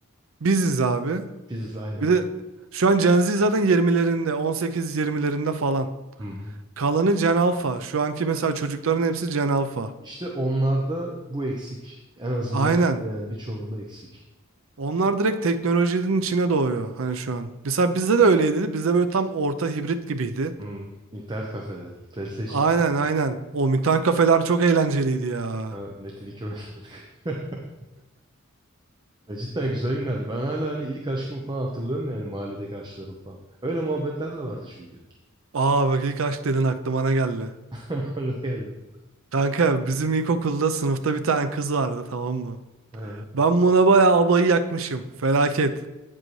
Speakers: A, on the right; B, on the right.
A: biziz abi
B: Biziz aynen.
A: bir de şu an Gen Z zaten yirmilerinde, on sekiz yirmilerinde falan
B: Hı hı.
A: kalanı Gen Alpha şu anki mesela çocukların hepsi Gen Alpha
B: İşte onlarda bu eksik. En azından
A: aynen.
B: yani birçoğunda eksik.
A: Onlar direkt teknolojinin içine doğuyor hani şu an. Mesela bizde de öyleydi. Bizde böyle tam orta hibrit gibiydi.
B: Hı. İnternet kafeler, PlayStation
A: Aynen
B: kafeler.
A: aynen. O mutant kafeler çok eğlenceliydi ya.
B: Ha, Metin 2 oynardık. <laughs> Ya cidden güzel günlerdi. Ben hala hani ilk aşkımı falan hatırlıyorum yani mahalledeki aşklarım falan. Öyle muhabbetler
A: O-
B: de vardı çünkü.
A: Aa bak ilk aşk dedin aklıma ne geldi.
B: <laughs> Ne geldi?
A: Kanka bizim ilkokulda sınıfta bir tane kız vardı tamam mı?
B: Ha.
A: Ben buna bayağı abayı yakmışım. Felaket.